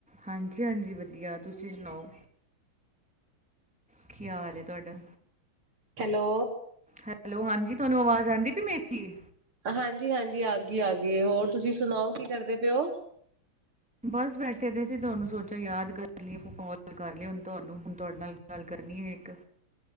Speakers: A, in the centre; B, on the right.
A: ਹਾਂਜੀ ਹਾਂਜੀ ਵਧੀਆ ਤੁਸੀਂ ਸੁਣਾਓ ਕੀ ਹਾਲ ਹੈ ਤੁਹਾਡਾ?
B: ਹੈਲੋ,
A: ਹੈਲੋ, ਹਾਂਜੀ। ਤੁਹਾਨੂੰ ਆਵਾਜ਼ ਆਉਂਦੀ ਪਈ ਮੇਰੀ
B: ਹਾਂਜੀ-ਹਾਂਜੀ ਆ ਗਈ ਆ ਗਈ, ਹੋਰ ਤੁਸੀਂ ਸੁਣਾਓ ਕੀ ਕਰਦੇ ਪਇਓ।
A: ਬਸ ਬੈਠੇ ਦੇ ਸੀਂ ਤੁਹਾਨੂੰ ਸੋਚਿਆ ਯਾਦ ਕਰ ਲਈਏ ਕੌਲ ਕਰ ਲਈਏ ਹੁਣ ਤੁਹਾਨੂੰ ਹੁਣ ਤੁਹਾਡੇ ਨਾਲ ਗੱਲ ਕਰਨੀ ਐ ਇੱਕ